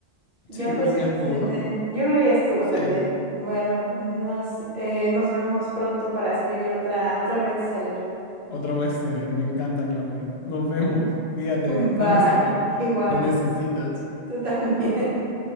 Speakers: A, on the right; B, on the left.
A: Ya
B: Sí, yo
A: fue
B: creo
A: suficiente.
B: que ya estuvo, ¿no?
A: Yo creo que ya estuvo
B: Sí,
A: también. Bueno, nos, eh, nos vemos pronto para escribir otra, otro bestseller.
B: otro bestseller. Me encanta, Claudia. Nos vemos. Cuídate,
A: <laughs> Bye.
B: descansa.
A: Igual.
B: Lo necesitas.
A: Tú también.